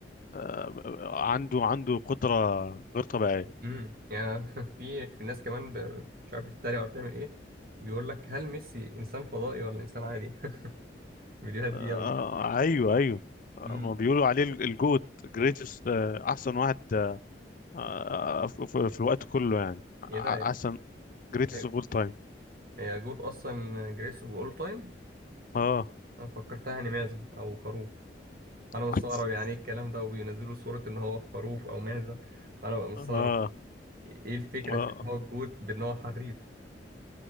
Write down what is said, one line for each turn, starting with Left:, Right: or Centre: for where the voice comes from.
Left: آه، عنده عنده قدرة غير طبيعية
Right: امم يعني <laughs> في في ناس كمان ب... مش عارف بتتريق ولا بتعمل ايه بيقول لك هل ميسي انسان فضائي ولا انسان عادي <laughs> الفيديوهات دي
Left: آه
Right: جامدة
Left: ايوه ايوه آه،
Right: امم
Left: ما بيقولوا عليه ال- الجوت جريتست احسن واحد آه، آه، في في- في الوقت كله يعني أ-
Right: ايه
Left: احسن
Right: ده
Left: جريتست
Right: أيوة.
Left: اوف اول تايم
Right: هي جوت اصلا جريس باول تايم
Left: اه
Right: انا فكرتها يعني معزه او خروف
Left: <laughs>
Right: انا مستغرب يعني ايه الكلام ده وبينزلوا صوره ان هو في خروف او معزه فانا بقى مستغرب
Left: اه
Right: ايه الفكره
Left: اه
Right: في ان هو الجوت بان هو حريف